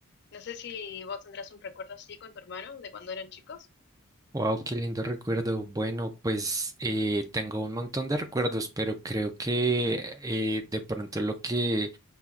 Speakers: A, on the left (about 55°); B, on the right (about 15°).
A: No sé si vos tendrás un recuerdo así con tu hermano de cuando eran chicos.
B: Wow, qué lindo recuerdo. Bueno, pues eh, tengo un montón de recuerdos, pero creo que eh, de pronto lo que